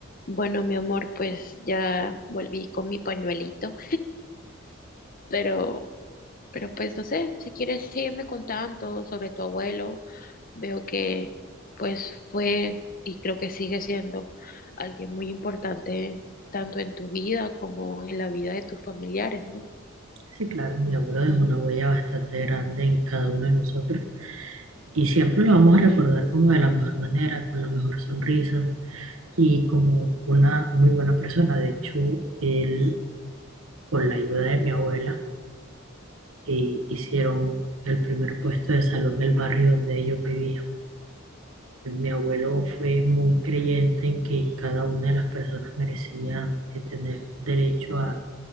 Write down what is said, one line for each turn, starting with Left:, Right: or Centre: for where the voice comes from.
Left: Bueno, mi amor, pues ya volví con mi pañuelito, pero, pero pues no sé, si quieres sígueme contando sobre tu abuelo. Veo que pues fue y creo que sigue siendo alguien muy importante tanto en tu vida como en la vida de tus familiares, ¿no?
Right: Sí, claro, mi abuelo dejó una huella bastante grande en cada uno de nosotros y siempre lo vamos a recordar como de la mejor manera, con la mejor sonrisa y como una muy buena persona. De hecho, él, con la ayuda de mi abuela, eh, hicieron el primer puesto de salud en el barrio donde ellos vivían. Mi abuelo fue muy creyente en que cada una de las personas merecían eh, tener derecho a,